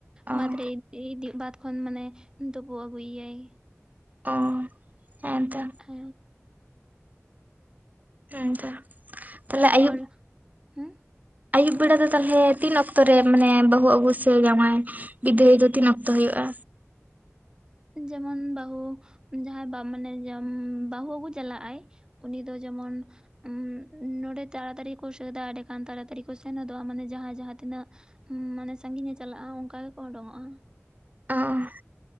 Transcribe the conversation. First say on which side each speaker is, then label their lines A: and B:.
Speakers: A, on the right; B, on the right.
A: ᱚ
B: ᱵᱟᱸᱫᱽ ᱨᱮ ᱵᱟᱸᱫ ᱠᱷᱚᱱ ᱢᱟᱱᱮ ᱛᱳᱯᱳ ᱟᱜᱩᱭᱭᱟᱭ,
A: ᱚ ᱦᱮᱸᱛᱚ,
B: ᱦᱮᱸ
A: ᱦᱮᱸᱛᱚ, ᱛᱟᱦᱞᱮ
B: ᱛᱟᱨᱯᱚᱨ
A: ᱟᱹᱭᱩᱵ
B: ᱦᱩᱸ,
A: ᱟᱹᱭᱩᱵ ᱵᱮᱲᱟ ᱫᱚ ᱛᱟᱞᱦᱮ ᱛᱤᱱ ᱚᱠᱛᱚ ᱨᱮ ᱢᱟᱱᱮ ᱵᱟᱹᱦᱩ ᱟᱹᱜᱩ ᱥᱮ ᱡᱟᱶᱟᱭ, ᱵᱤᱫᱟᱹᱭ ᱫᱚ ᱛᱤᱱ ᱚᱠᱛᱚ ᱦᱳᱭᱳᱜᱼᱟ,
B: ᱡᱮᱢᱚᱱ ᱵᱟᱹᱦᱩ ᱡᱟᱦᱟᱸᱭ ᱢᱟᱱᱮ ᱡᱟᱢ ᱵᱟᱹᱦᱩ ᱟᱹᱜᱩ ᱪᱟᱞᱟᱜ ᱟᱭ, ᱩᱱᱤ ᱫᱚ ᱡᱮᱢᱚᱱ, ᱩᱸ ᱱᱚᱸᱰᱮ ᱛᱟᱲᱟ ᱛᱟᱲᱤ ᱠᱚ ᱥᱟᱹᱫᱟ ᱮᱸᱰᱮ ᱠᱷᱟᱱ ᱛᱟᱲᱟ ᱛᱟᱨᱤ ᱠᱚ ᱥᱮᱱ ᱦᱚᱫᱚᱜᱼᱟ ᱢᱟᱱᱮ ᱡᱟᱦᱟᱸᱭ ᱡᱟᱦᱟᱛᱤᱱᱟᱹᱜ, ᱢᱟᱱᱮ ᱥᱟᱹᱜᱤᱧᱮ ᱪᱟᱞᱟᱜᱼᱟ ᱚᱱᱠᱟ ᱜᱮᱠᱚ ᱚᱸᱰᱚᱝᱚᱜᱼᱟ,
A: ᱚᱦᱻ